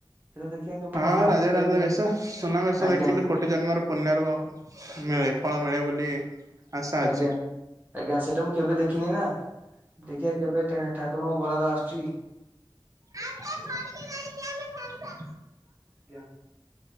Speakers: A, on the right (about 20°); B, on the right (about 40°).
A: ସେଇଟା ଦେଖିବା କେବେ
B: ହଁ
A: କଣ ଠାକୁରଙ୍କ
B: ରାଜା
A: ଡୋରି
B: ରାଜା
A: ଲାଗୁଛି
B: ବେଶ ସୁନା ବେଶ
A: ଆଜ୍ଞା
B: ଦେଖିଲେ କୋଟି ଜନ୍ମର ପୁଣ୍ୟ ର ମିଳେ ଫଳ ମିଳେ ବୋଲି ଆଶା
A: ଆଜ୍ଞା
B: ଅଛି।
A: ଆଜ୍ଞା ସେଇଟା ମୁଁ କେବେ ଦେଖିନି ନା। ଦେଖିିବା କେବେ ଠାକୁରଙ୍କ ବରାଦା ଆସୁଛି।
B: ଏବେ ଖର୍କି ଦେଇକି ଆମେ ଖାଇବା।
A: ଜ୍ଞା।